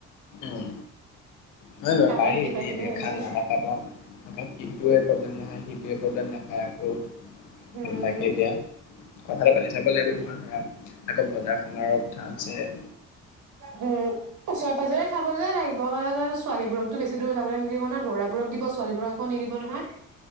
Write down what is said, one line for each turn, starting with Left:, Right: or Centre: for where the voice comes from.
Left: উম, নহয় বাৰু
Right: কাবাৰ
Left: পাৰি
Right: কিবা
Left: এতিয়া
Right: কিবি
Left: এনেকে
Right: হৈছিল
Left: খানা এটা। <unintelligible> আকৌ ইটোৱে প্ৰব্লেম নাখায় সেইটোৱে প্ৰব্লেম নাখায় আকৌ।
Right: উম
Left: সেইবিলাকেহে এতিয়া। কথাটো পাতি চাব লাগিব তোমাৰ ধৰা আকৌ বজাৰ সমাৰৰ কথা আছে।
Right: হম। ওচৰে পাজৰে খাবলৈ লাগিব মানে ছোৱালীবোৰকতো বেছি দূৰ যাবলৈ নিদিব নে ল'ৰাবোৰক দিব ছোৱালীবোৰক আকৌ নিদিব নহয়।